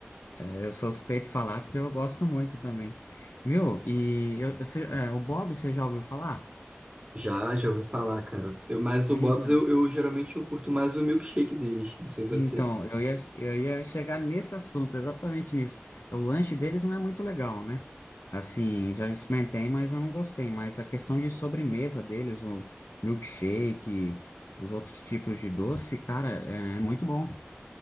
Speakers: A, on the left; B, on the right.
A: eu sou suspeito de falar porque eu gosto muito também. Viu? E eu- você- é, o Bob, você já ouviu falar?
B: Já, já ouvi falar, cara. Eu, mas o
A: É,
B: Bob's
A: então.
B: eu, eu geralmente eu curto mais o milkshake deles. Não sei você.
A: Então, eu ia, eu ia chegar nesse assunto, exatamente nisso. O lanche deles não é muito legal, né? Assim, já experimentei, mas eu não gostei. Mas a questão de sobremesa deles, o milkshake, os outros tipos de doce, cara, é, é muito bom.